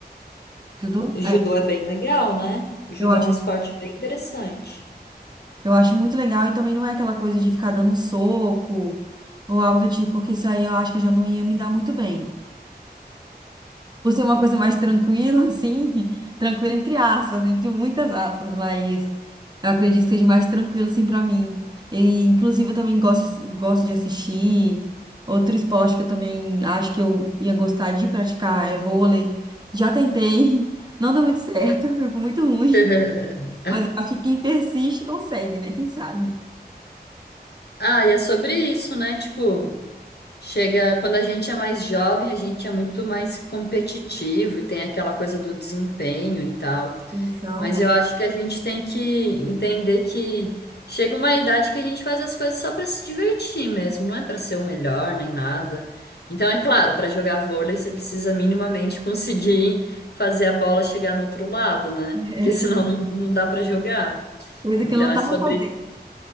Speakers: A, on the right (about 25°); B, on the left (about 75°).
A: Judô?
B: Judô
A: É,
B: é bem legal, né? Judô
A: eu acho,
B: é um esporte bem interessante.
A: eu acho muito legal e também não é aquela coisa de ficar dando soco ou algo do tipo, porque isso aí eu acho que já não ia me dar muito bem. por ser uma coisa mais tranquila, assim, <laughs> tranquila entre aspas, entre muitas aspas, mas eu acredito que seja mais tranquilo, assim, pra mim. E, inclusive, eu também gosto, gosto de assistir. Outro esporte que eu também acho que eu ia gostar de praticar é vôlei. Já tentei, <laughs> não deu muito certo, <laughs> foi muito ruim,
B: <laughs>
A: mas eu acho que quem persiste consegue, né? Quem sabe?
B: Ah, e é sobre isso, né? Tipo, chega quando a gente é mais jovem, a gente é muito mais competitivo e tem aquela coisa do desempenho e tal.
A: Posição,
B: Mas
A: né?
B: eu acho que a gente tem que entender que chega uma idade que a gente faz as coisas só para se divertir mesmo, não é para ser o melhor nem nada. Então, é claro, para jogar vôlei você precisa minimamente <laughs> conseguir fazer a bola chegar no outro lado, né?
A: É,
B: Porque senão não, não dá para jogar.
A: coisa
B: Então
A: que eu não
B: é
A: tava
B: sobre
A: fazendo,